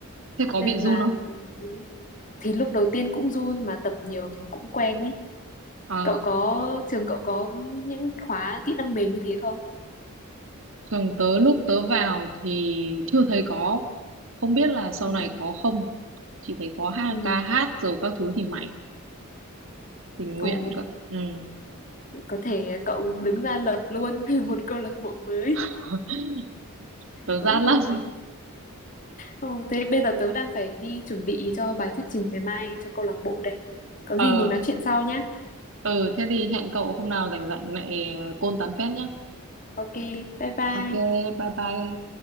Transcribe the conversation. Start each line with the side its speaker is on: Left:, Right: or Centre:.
Right: thế có
Left: Nên
Right: bị run
Left: là
Right: không
Left: đấy. Thì lúc đầu tiên cũng run mà tập nhiều thì cũng quen ý.
Right: ờ
Left: Cậu có, trường cậu có những khóa kỹ năng mềm như thế không?
Right: trường tớ lúc tớ vào thì chưa thấy có không biết là sau
Left: Ừ.
Right: này có không chỉ thấy có hát
Left: Ừ.
Right: ca hát rồi các thứ thì mạnh tình nguyện
Left: Ồ,
Right: cơ ừ
Left: có thể cậu đứng ra lập luôn <laughs> một câu lạc bộ mới.
Right: <laughs> tớ
Left: Cũng
Right: rát
Left: hợp
Right: lắm
Left: lý. Ừ, thế bây giờ tớ đang phải đi chuẩn bị cho bài thuyết trình ngày mai cho câu lạc bộ đây. Có
Right: ờ
Left: gì mình nói chuyện sau nhé
Right: ừ thế thì hẹn cậu hôm nào rảnh rảnh lại ờ, côn tán phét nhá
Left: Ok, bye bye.
Right: ok bye bye